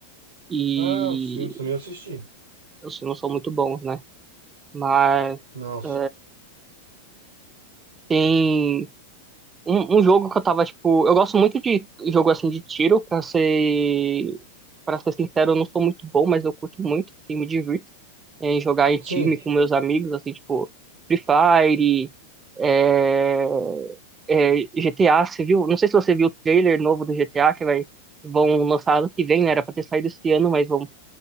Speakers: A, on the right (about 20°); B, on the right (about 85°).
A: E
B: Ah, os filmes também eu assisti.
A: os filmes são muito bons, né? Mas
B: Não, s-
A: é, tem um, um jogo que eu tava, tipo. Eu gosto muito de jogo assim de tiro, pra ser. Pra ser sincero, eu não sou muito bom, mas eu curto muito, assim, me divirto é, em jogar em time
B: sim,
A: com meus amigos, assim, tipo, Free Fire. É, é, GTA, você viu? Não sei se você viu o trailer novo do GTA que vai vão lançar ano que vem, né? Era pra ter saído esse ano, mas vão